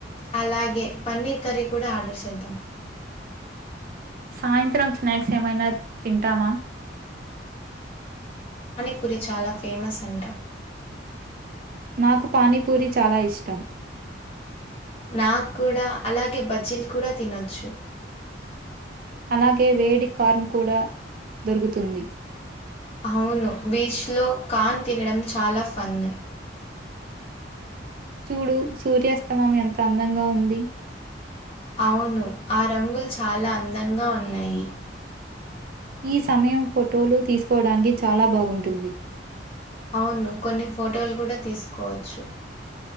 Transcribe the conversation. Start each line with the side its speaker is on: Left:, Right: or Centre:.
Left: అలాగే పన్నీర్ కర్రీ కూడా ఆర్డర్ చేద్దాం
Right: సాయంత్రం స్నాక్స్ ఏమైనా తింటామా
Left: పూరి చాలా ఫేమస్ అంట
Right: నాకు పానీపూరి చాలా ఇష్టం
Left: నాక్ కూడా అలాగే బజ్జీలు కూడా తినొచ్చు
Right: అలాగే వేడి కార్న్ కూడా దొరుకుతుంది
Left: అవును బీచ్లో కాన్ తినడం చాలా ఫన్
Right: చూడు సూర్యాస్తమం ఎంత అందంగా ఉంది
Left: అవును ఆ రంగులు చాలా అందంగా ఉన్నాయి
Right: ఈ సమయం ఫోటోలు తీసుకోవడానికి చాలా బాగుంటుంది
Left: అవును కొన్ని ఫోటోలు కూడా తీసుకోవచ్చు